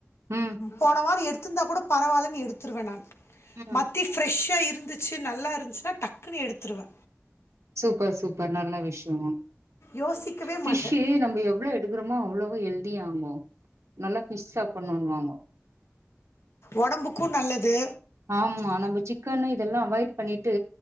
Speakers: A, on the right; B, on the left.
A: ம்
B: போன வாரோ எ திந்தா கூட பரவாலன்னு எடுத்துருவே நானு
A: ம்.
B: மத்தி ஃப்ரெஷ்சா இ இருந்துச்சு நல்லா இருந்துச்சுனா டக்குனு எடுத்துருவே
A: சூப்பர் சூப்பர் நல்ல விஷ்யோ
B: யோசிக்கவே
A: ஃபிஷ்சு
B: மாட்டேன்
A: நம்ப எவ்ளோ எடுக்குறோமோ அவ்ளோவு ஹெல்த்தியாங்கோ நல்லா ஃபிஷ் சாப்புணோன்வாங்கோ
B: ஒடம்புக்கு நல்லது
A: ஆமா நம்ப சிக்கன்னு இதெல்லா அவாய்ட் பண்ணிட்டு